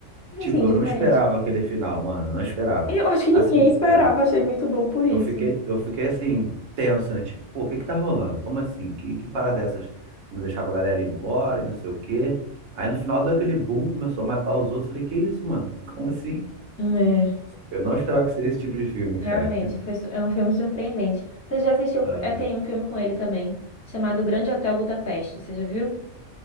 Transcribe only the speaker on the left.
Assim, diferente.
Eu acho que ninguém
esperava,
achei muito bom por isso,
né?
É,
realmente,
foi su- é um filme surpreendente. Você já assistiu?
É, tem um filme com ele também, chamado O Grande Hotel Budapeste, você já viu?